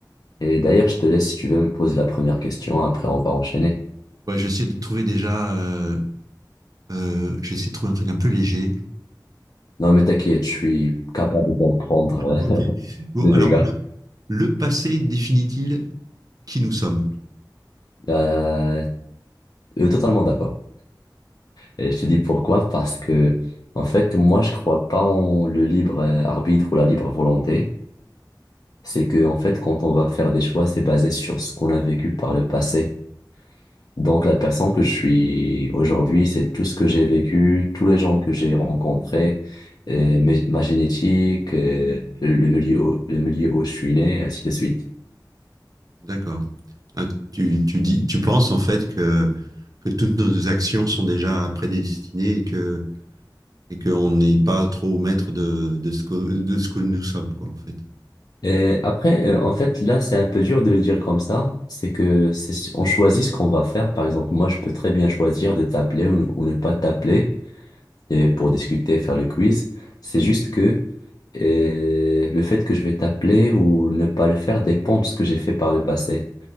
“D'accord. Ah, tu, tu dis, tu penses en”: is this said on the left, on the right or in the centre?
Right